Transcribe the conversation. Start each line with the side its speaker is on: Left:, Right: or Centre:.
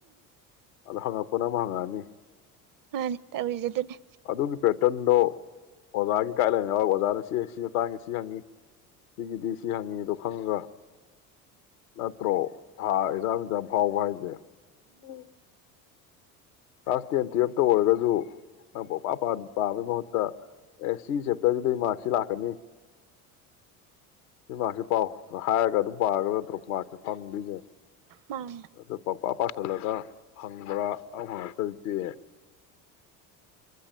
Left: ꯑꯗ ꯍꯡꯉꯛꯄꯅ ꯑꯃ ꯍꯡꯉꯛꯑꯅꯤ
Right: ꯃꯥꯅꯤ ꯇꯧꯔꯤꯁꯦ ꯑꯗꯨꯅꯦ
Left: ꯑꯗꯨꯒꯤ ꯄꯦꯇꯔꯟꯗꯣ ꯑꯣꯖꯥꯒꯤ ꯒꯥꯏꯗꯂꯥꯏꯟ ꯌꯥꯎꯔꯒ ꯑꯣꯖꯥꯅ ꯁꯤ ꯁꯤ ꯃꯇꯥꯡꯉꯦ ꯁꯤ ꯍꯪꯉꯤ ꯁꯤꯒꯤꯗꯤ ꯁꯤ ꯍꯪꯉꯤ ꯑꯗꯣ ꯈꯪꯉꯒ ꯅꯠꯇ꯭ꯔꯣ ꯊꯥ ꯑꯦꯛꯖꯥꯝ ꯑꯦꯛꯖꯥꯝ ꯐꯥꯎꯕ ꯍꯥꯏꯁꯦ ꯎꯝ ꯀ꯭ꯂꯥꯁ ꯇꯦꯟ ꯇꯨꯌꯦꯜꯞꯇ ꯑꯣꯏꯔꯒꯁꯨ ꯅꯪ ꯄꯄꯥ ꯄꯥꯕꯒꯤ ꯃꯍꯨꯠꯇ ꯑꯦ ꯁꯤ ꯆꯦꯞꯇꯔꯁꯤꯗꯩ ꯃꯥꯔꯛꯁꯤ ꯂꯥꯛꯀꯅꯤ ꯁꯤ ꯃꯥꯔꯛꯁꯤ ꯄꯥꯎ ꯍꯥꯏꯔꯒ ꯑꯗꯨꯝ ꯄꯥꯔꯒꯠꯇ꯭ꯔꯣ ꯃꯥꯔꯛꯁꯤ ꯐꯪꯗ꯭ꯣꯏꯁꯦ
Right: ꯃꯥꯅꯤ
Left: ꯑ ꯄꯄꯥ ꯄꯥꯁꯤꯜꯂꯒ ꯐꯪꯕ꯭ꯔꯥ ꯍꯪꯉ ꯍꯧꯖꯤꯛꯇꯤ